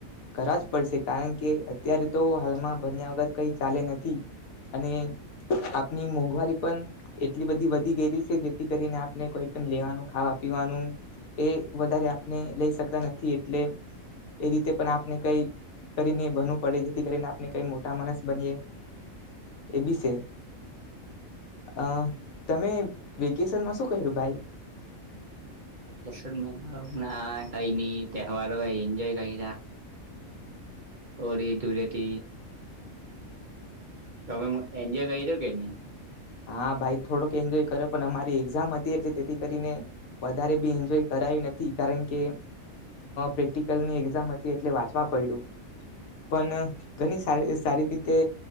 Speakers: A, on the left; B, on the right.
A: કરવા જ પડશે કારણ કે અત્યારે તો હાલમાં ભણયા વગર કઈ ચાલે નથી અને આપની મોંઘવારી પણ એટલી બધી વધી ગયેલી છે જેથી કરીને આપને કોઈ પણ લેવાનું ખાવા પીવાનું એ વધારે આપને લઈ શકતા નથી એટલે એ રીતે પણ આપણે કઈ કરીને ભનવું પડે જેથી કરીને આપણે કઈ મોટા માણસ બનીએ એ બીશે અ તમે વેકેશનમાં શું કર્યું ભાઈ
B: કેસમાં તો કઈની તહેવારો એન્જોય કરીયા ઓળી ધૂળટી તમે એન્જોય કરીયુ કે ની
A: હા ભાઈ થોડોક એન્જોય કરો પણ અમારી એક્ઝામ હતી એટલે તેથી કરીને વધારે બી એન્જોય કરાયું નથી કારણ કે પ્રેક્ટિકલની એક્ઝામ હતી એટલે વાંચવા પડ્યું પણ ઘણી સારી સારી રીતે